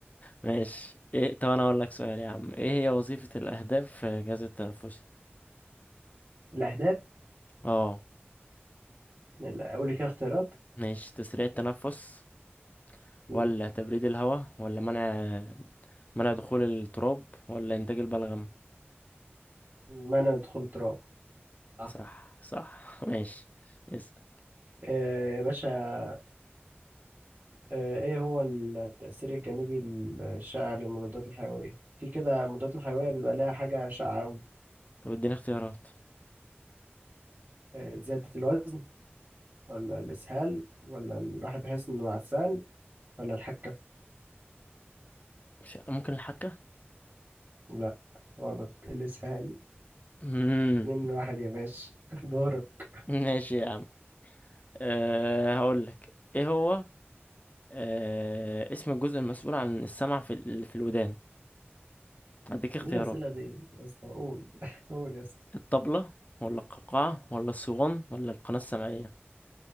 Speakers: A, on the left; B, on the right.
A: ماشي ايه طب انا اقول لك سؤال يا عم ايه هي وظيفة الاهداف في الجهاز التنفسي
B: الاهداف
A: اه
B: لا، قول لي كده اختيارات
A: ماشي تسريع التنفس
B: لا
A: ولا تبريد الهواء ولا منع منع دخول التراب ولا انتاج البلغم
B: منع دخول التراب آه.
A: صح صح <laughs> ماشي اسأل
B: آه، يا باشا آه، ايه هو التأثير الجانبي الشائع للمضادات الحيوية في كده المضادات الحيوية بيبقى لها حاجة شائعة أوي
A: طب اديني اختيارات
B: آه، زيادة الوزن ولا الإسهال ولا الواحد بيحس إنه عسان ولا الحكة
A: مش ممكن الحكة
B: لا غلط الإسهال
A: مم.
B: اتنين واحد يا باشا <laughs> دورك
A: <laughs> ماشي يا عم أه هقول لك ايه هو أه اسم الجزء المسؤول عن السمع في ال- في الودان هديك اختيارات
B: ايه الأسئلة دي يا اسطى قول <laughs> قول يا اسطى
A: الطبلة ولا القوقعة ولا الصوان ولا القناة السمعية